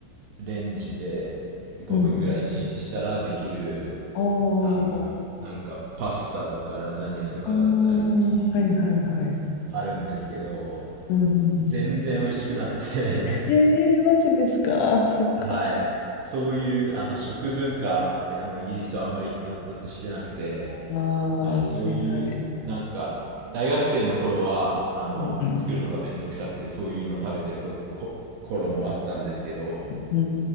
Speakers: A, on the right; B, on the left.
A: レンジで5分ぐらいチンしたらできる、
B: うんうん。ああ、
A: あの、なんかパスタとかラザニアとかだったり、
B: ああ、はいはいはい。
A: あるんですけど、
B: うんうんうん。
A: 全然美味しくなくて
B: へえ、マジですか。そっか。
A: <laughs> はい。そういう、あの、食文化、あの、イギリスはあんまり発達してなくて、
B: ああ、
A: はい、そういう、
B: はいはい。
A: なんか、大学生の頃は、あの、
B: うんうん
A: 作るのがめんどくさくて、そういうの食べてるこ、こ、頃もあったんですけど、
B: うんう